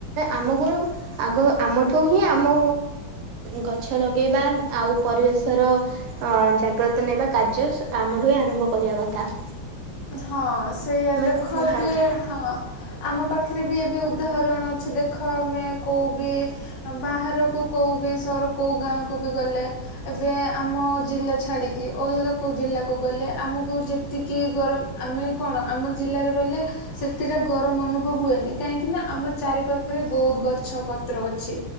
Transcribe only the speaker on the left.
ହଁ ସେଇଆା
ଦେଖ
ଦୁେ ହଁ ଆମ ପାଖ- ପାଖରେ ବି ଏବେ ଉଦାହରଣ ଅଛି ଦେଖ ଆମେ କୋଉ ବିି ବାହାରକୁ କଉ ବି ସର କୋଉ ଗାଁ କୁ ବି ଗଲେ ଏବେ ଆମ ଜିଲ୍ଲା ଛାଡିକି ଅଲଗା କୋଉ ଜିଲ୍ଲା ଗଲେ ଆମକୁ ଯେତିକି ଗରମ ଆମେ କଣ ଆମ ଜିଲ୍ଲାରେ ରହିଲେ ସେତିଟା ଗରମ ଅନୁଭବ ହୁଏନି କାହିଁକି ନା ଆମ ଚାରି ପାଖ ପାଖରେ ବହୁତ ଗଛ ପତ୍ର ଅଛି